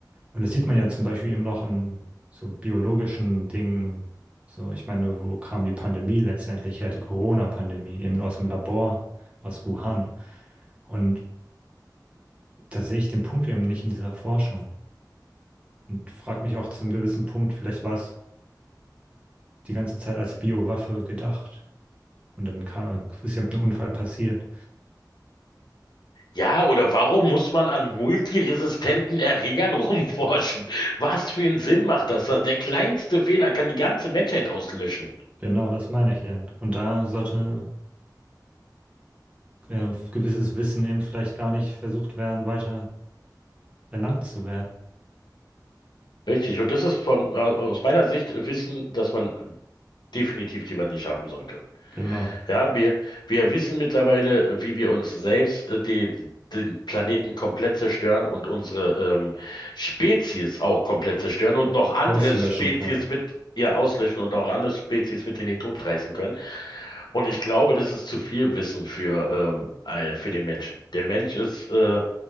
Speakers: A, on the right; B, on the left.
A: und das sieht man ja zum Beispiel eben auch an so biologischen Dingen, so ich meine, wo kam die Pandemie letztendlich her, die Corona-Pandemie, eben aus dem Labor, aus Wuhan. Und da sehe ich den Punkt eben nicht in dieser Forschung und frage mich auch zum gewissen Punkt, vielleicht war es die ganze Zeit als Biowaffe gedacht. Und dann kam, ist eben ein Unfall passiert.
B: Ja, oder warum muss man an multiresistenten Erregern <laughs> rumforschen? Was für einen Sinn macht das? Der kleinste Fehler kann die ganze Menschheit auslöschen.
A: Genau, das meine ich eben. Und da sollte äh, gewisses Wissen eben vielleicht gar nicht versucht werden, weiter erlangt zu werden.
B: Richtig, und das ist von, äh, aus meiner Sicht äh, Wissen, das man definitiv lieber nicht haben sollte.
A: Genau.
B: Ja, wir, wir wissen mittlerweile, wie wir uns selbst äh, die, den Planeten komplett zerstören und unsere ähm, Spezies auch komplett zerstören und noch andere
A: Auslöschen
B: Spezies
A: kann.
B: mit ihr auslöschen und auch andere Spezies mit in den Tod reißen können. Und ich glaube, das ist zu viel Wissen für, ähm, äh, für den Menschen. Der Mensch ist äh,